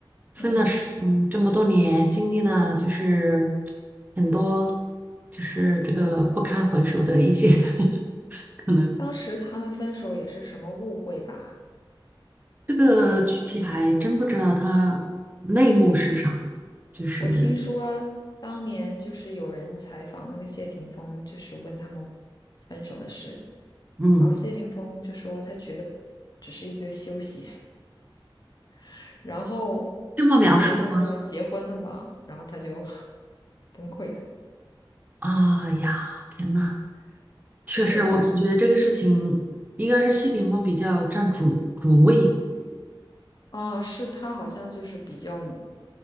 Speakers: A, on the right (about 20°); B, on the left (about 50°).
A: 分了十嗯这么多年，
B: 嗯。
A: 经历了就是很多，就是这个不堪回首的一些 <laughs> 可能，
B: 当时他们分手也是什么误会吧？
A: 这个具体还真不知道它内幕是啥，就是
B: 我听说当年就是有人采访那个谢霆锋，就是问他们分手的事，
A: 嗯
B: 然后谢霆锋就说他觉得只是一个休息，<laughs> 然后不是王菲后来结婚了嘛，
A: 这么描述的吗？
B: 然后他就 <laughs> 崩溃了。
A: 啊呀，天呐，确实我感觉这个事情应该是谢霆锋比较占主主位，
B: 对，哦，是他好像就是比较